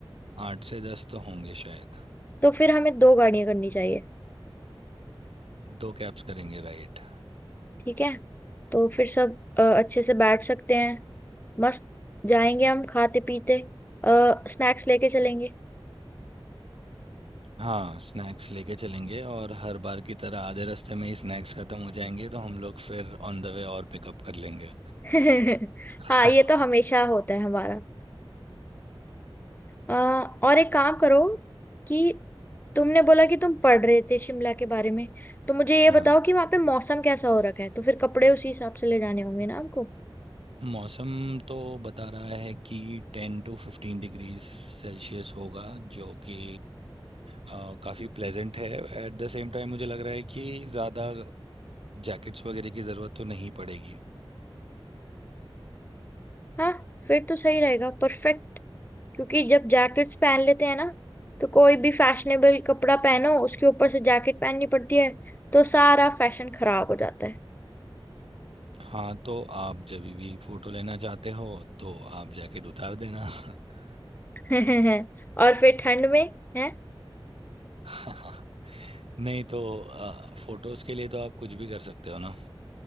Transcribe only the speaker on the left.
तो फिर हमें दो गाड़ियां करनी चाहिए
ठीक है तो फिर सब अ, अच्छे से बैठ सकते हैं मस्त जाएंगे हम खाते पीते स्नैक्स लेके चलेंगे
<laughs>
हाँ ये तो हमेशा होता है हमारा अ, और एक काम करो कि तुमने बोला कि तुम पढ़ रहे थे शिमला के बारे में तो मुझे ये
बताओ कि वहां पे मौसम कैसा हो रखा है तो फिर कपड़े उसी हिसाब से ले जाने होंगे ना हमको
हाँ फिर तो सही रहेगा परफेक्ट क्योंकि जब जैकेट्स पहन लेते हैं ना तो कोई भी फैशनेबल कपड़ा पहनो उसके ऊपर से जैकेट पहननी पड़ती है तो सारा फैशन खराब हो जाता
है <laughs> और फिर ठंड में है